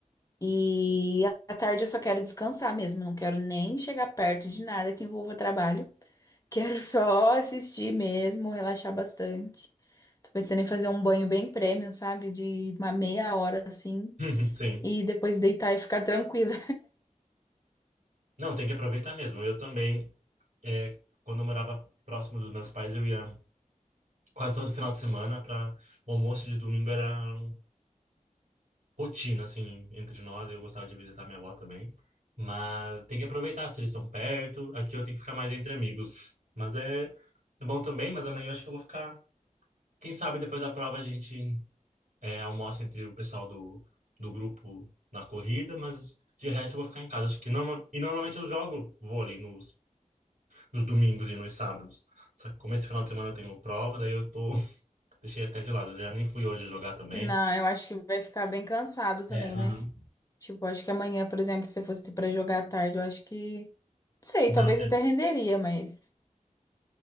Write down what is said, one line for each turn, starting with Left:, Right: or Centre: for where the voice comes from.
Left: E à tarde eu só quero descansar mesmo, não quero nem chegar perto de nada que envolva trabalho. Quero só assistir mesmo, relaxar bastante. Tô pensando em fazer um banho bem premium, sabe? De uma meia hora assim.
Right: <laughs> Sim.
Left: E depois deitar e ficar tranquila.
Right: Não, tem que aproveitar mesmo. Eu também, é, quando eu morava próximo dos meus pais, eu ia quase todo final de semana para o almoço de domingo era rotina, assim, entre nós. Eu gostava de visitar minha avó também. Mas tem que aproveitar, se eles estão perto. Aqui eu tenho que ficar mais entre amigos. Mas é, é bom também, mas amanhã eu acho que eu vou ficar. Quem sabe depois da prova a gente é, almoça entre o pessoal do, do grupo na corrida, mas de resto eu vou ficar em casa. Acho que norma... E normalmente eu jogo vôlei no nos domingos e nos sábados. Só que como esse final de semana eu tenho prova, daí eu tô. <laughs> Deixei até de lado. Eu já nem fui hoje jogar também.
Left: <laughs> Não, eu acho que vai ficar bem cansado também,
Right: É, aham.
Left: né? Tipo, acho que amanhã, por exemplo, se eu fosse pra jogar à tarde, eu acho que. Não sei,
Right: Não,
Left: talvez
Right: é-
Left: até renderia, mas.